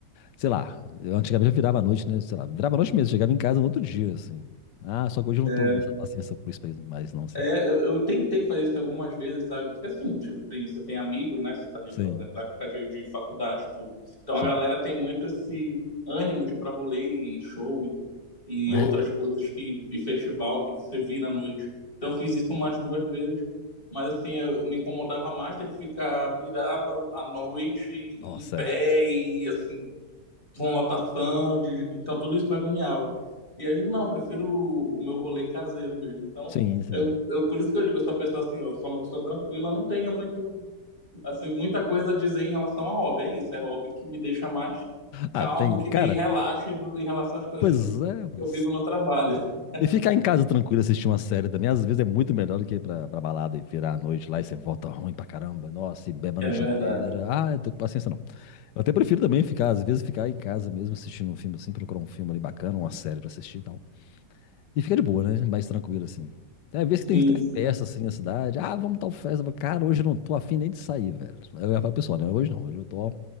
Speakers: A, on the left; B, on the left.
A: Sei lá, eu antigamente eu virava a noite, né, sei lá, virava a noite mesmo, chegava em casa no outro dia, assim. Ah, só que hoje eu não
B: É,
A: tô com essa paciência por isso mais não, assim.
B: é, eu, eu tentei fazer isso algumas vezes, sabe? Porque assim, tipo, tem, você tem amigos, né? Você tá ali,
A: Sim,
B: por exemplo, na época de, de faculdade e tudo. Então
A: sim.
B: a galera tem muito esse ânimo de ir pra rolê e show e
A: É,
B: outras coisas que e festival que você vira à noite. Então eu fiz isso umas duas vezes, mas assim eu me incomodava mais ter que ficar virado à à noite e
A: nossa,
B: em pé
A: é.
B: e assim com lotação de... então tudo isso me agoniava. E aí eu digo, não, eu prefiro o, o meu rolê caseiro mesmo. Então
A: Sim, sim.
B: eu, eu por isso que eu digo, eu sou uma pessoa assim, eu sou uma pessoa tranquila, não tenho muito assim, muita coisa a dizer em relação a hobby. É isso, é hobby que me deixa mais calmo,
A: Ah, tem,
B: que
A: cara,
B: me relaxe do, em relação às coisas
A: pois
B: que
A: é, mas
B: eu vivo no trabalho. <laughs>
A: E ficar em casa tranquilo assistir uma série também, às vezes é muito melhor do que ir pra, pra balada e virar a noite lá e você volta ruim pra caramba. Nossa, e bebe a noite
B: É verdade.
A: inteira. Ah, eu tô com paciência não. Eu até prefiro também ficar, às vezes, ficar em casa mesmo assistindo um filme assim, procurar um filme ali bacana, uma série pra assistir e tal. E fica de boa, né? Mais tranquilo assim. Tem vezes
B: Sim,
A: que tem até
B: sim.
A: festa assim na cidade. Ah, vamos tal festa. Eu falo, Cara, hoje eu não tô afim nem de sair, velho. Aí Eu ia falar, pro pessoal, né? Hoje não, hoje eu tô.